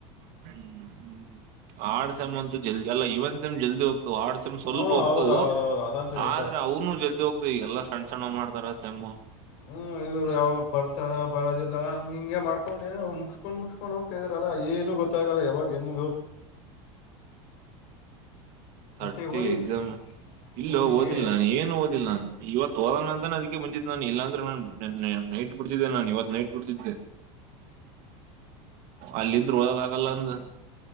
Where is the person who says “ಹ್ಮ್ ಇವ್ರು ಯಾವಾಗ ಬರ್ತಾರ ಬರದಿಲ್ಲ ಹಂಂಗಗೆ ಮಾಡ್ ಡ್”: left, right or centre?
Left